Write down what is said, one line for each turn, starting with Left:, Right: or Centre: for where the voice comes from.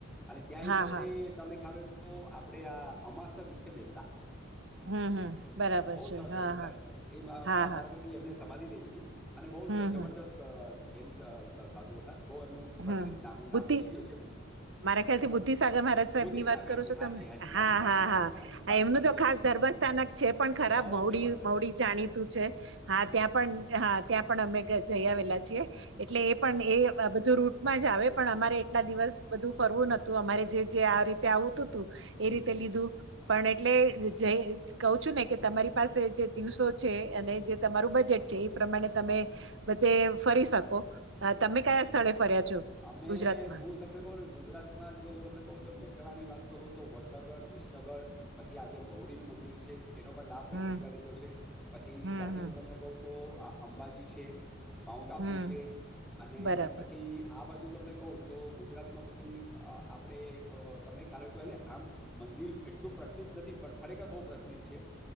Centre: અને ત્યાંય
Right: હા
Centre: પોતે
Right: હા
Centre: તમને ખ્યાલ હોય તો આપણેે આ અમાસ ના દિવસે બેસતા
Right: હમ હમ બરાબર
Centre: બહ
Right: છે
Centre: સરસ
Right: હા
Centre: એમલું સ્થળ
Right: હા
Centre: એ
Right: હા
Centre: મારા
Right: હા
Centre: ખ્યાલથી એમને સમાધિ લઈ લીધી અને બહુ
Right: હમ
Centre: જ જબરદસ્ત
Right: હમ
Centre: જૈન સાધુ હતા બહુ એમનું
Right: હમ
Centre: પ્રચલિત નામું
Right: બુદ્ધિ
Centre: નામ ભૂલી ગયું છે એમનું
Right: મારા ખ્યાલથી બુદ્ધિસાગર મહારાજ સાહેબ
Centre: બુદ્ધિ
Right: ની વાત
Centre: સાગરજી
Right: કરો છો તમે
Centre: હાજી હાજી
Right: હા
Centre: હાજી હાજી
Right: હા હા
Centre: હાજી હાજી બસ
Right: એમનું
Centre: બસ
Right: તો
Centre: એ
Right: ખાસ
Centre: જ એ જ
Right: ધર્મ સ્થાન છે પણ ખરાબ
Centre: બહુ
Right: મોડી
Centre: જબરદસ્ત
Right: મોડી જાણીતું છે હા ત્યાં પણ હા ત્યાં પણ અમે જઈ આવેલા છેએ એટલે એ પણ એ રૂટ માં જ આવે પણ અમારે એટલા દિવસ બધું ફરવું નહતું અમારે જે જે આ રીતે આવતું હતું એ
Centre: હમ
Right: રીતે લીધું પણ એટલે કહ છું ને કે તમારી પાસે જે દિવસો છે અને જે તમારું બજેટ એ પ્રમાણે તમે
Centre: બસ બસ
Right: બધે ફરી શકો
Centre: એ
Right: તમે
Centre: સાચી
Right: કયા
Centre: વાત
Right: સ્થળે ફર્યા છો
Centre: અમે
Right: ગુજરાતમાં
Centre: હું તમને કહું ને ગુજરાતમાં જો તમને કહ તો મે મહેસાની વાત કરું તો વડનગર વિસનગર પછી આજે મૌડીનું મંદિર છે એનો પણ લાભ
Right: હમ
Centre: મેં ઘણીવાર લીધો છે પછી
Right: હમ હમ
Centre: ત્યાંથી હું તમને કહું તો આ અંબાજી છે માઉન્ટ આબુ
Right: હમ
Centre: છે અને
Right: બરાબર
Centre: પછી આ બાજુ તમને કહું તો ગુજરાતમાં પછી આપણે તમને ખ્યાલ હોય તો એટલે આમ મ દીર્ એટલું પ્રચલિત નથી પણ ખરેખર બહુ પ્રચલિત છે